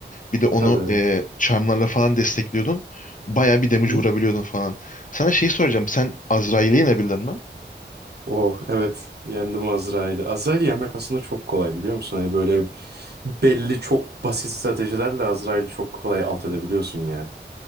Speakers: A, on the left (about 45°); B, on the right (about 60°).
A: Bir de onu
B: Tabii evet.
A: e, charmlarla falan destekliyordun. Bayağı bir damage
B: Hı hı.
A: vurabiliyordun falan. Sana şeyi soracağım. Sen Azrail'i yenebildin mi?
B: Oh evet yendim Azrail'i. Azrail'i yenmek aslında çok kolay biliyor musun? Hani böyle belli çok basit stratejilerle Azrail'i çok kolay alt edebiliyorsun ya.